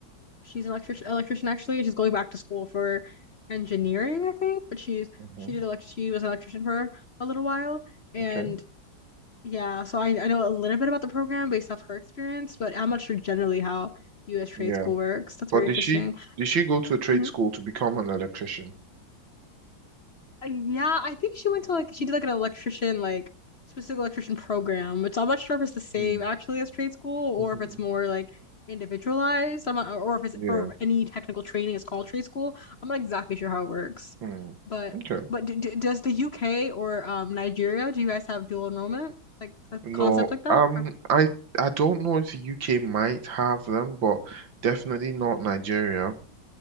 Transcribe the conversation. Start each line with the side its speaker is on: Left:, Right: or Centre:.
Left: She's an electric electrician actually. She's going back to school for engineering, I think, but she's
Right: hmm
Left: she did elect she was an electrician for a little while. And
Right: Okay.
Left: yeah, so I, I know a little bit about the program based off her experience, but I'm not sure generally how US trade
Right: Yeah.
Left: school works. That's
Right: But
Left: very
Right: did
Left: interesting.
Right: she did she go to a trade
Left: Mhm.
Right: school to become an electrician?
Left: Uh, Yeah, I think she went to like she did like an electrician like specific electrician program, which I'm not sure if it's the same
Right: Mm.
Left: actually as trade school
Right: <laughs>
Left: or if it's more like individualized. I'm not, or if it's
Right: Yeah.
Left: or if any technical training is called trade school. I'm not exactly sure how it works,
Right: Mm.
Left: but
Right: Okay.
Left: but d d does the UK or um Nigeria do you guys have dual enrollment like a
Right: No,
Left: concept like that?
Right: um,
Left: Or,
Right: I I don't know if the UK might have them, but definitely not Nigeria.